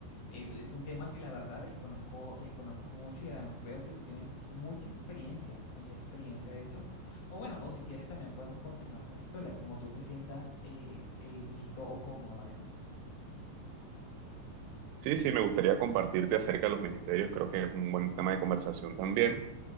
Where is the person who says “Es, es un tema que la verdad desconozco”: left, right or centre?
Left